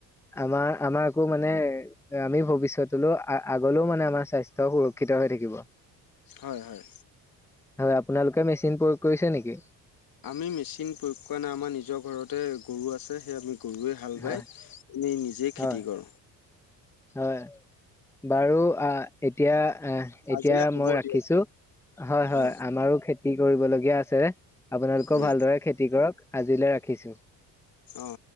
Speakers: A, in the centre; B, on the left.
A: আমাৰ আমাকো মানে আমি ভৱিষ্যতলৈ আগলৈও মানে আমাৰ স্বাস্থ্য। শিক্ষিত হৈ থাকিব।
B: হয় হয়
A: হয় আপোনালোকে মেচিন প্ৰয়োগ কৰিছে নেকি?
B: আমি মেচিন প্ৰয়োগ কৰা নাই আমাৰ নিজৰ ঘৰতে গৰু আছে সেই আমি। গৰুৱে হাল
A: হয়
B: বাই আমি নিজে
A: হয়
B: খেতি কৰোঁ।
A: হয় বাৰু আঁহ ', এতিয়া আহ ', এতিয়া
B: আজিলৈ হ'ব
A: মই ৰাখিছো।
B: দিয়ক
A: হয়- হয়
B: অ
A: আমাৰো খেতি কি কৰিবলগীয়া আছে। আপোনালোকেও
B: উম
A: ভালদৰে খেতি কৰক। আজিলৈ ৰাখিছো।
B: অ